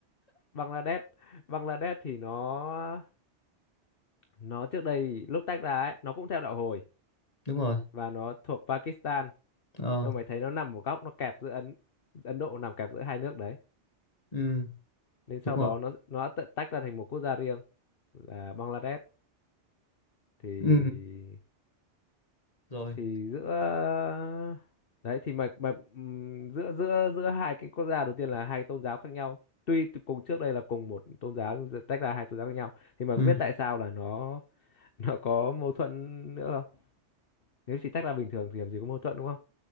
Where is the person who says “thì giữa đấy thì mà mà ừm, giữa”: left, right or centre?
Left